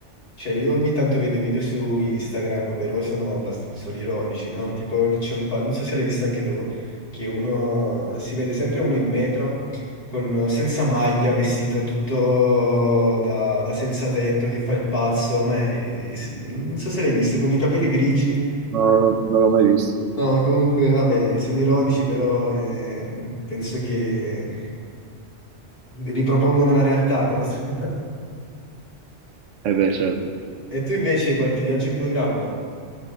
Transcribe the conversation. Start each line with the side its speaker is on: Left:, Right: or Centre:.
Left: Cioè, io ogni tanto vedo video su Instagram, però sono, abbast- sono ironici, no? Tipo, che c'è un pa- non so se l'hai visto anche tu, che uno si vede sempre uno in metro con, senza maglia, vestito tutto da, da senza tetto, che fa il pazzo, ma è- è- non so se l'hai visto, con i capelli grigi.
Right: No, non l'ho mai visto.
Left: No, comunque, vabbè, sono ironici, però eh, penso che ripropongono la realtà, non lo so. <laughs>
Right: Eh beh, certo.
Left: E tu invece hai qualche viaggio in programma?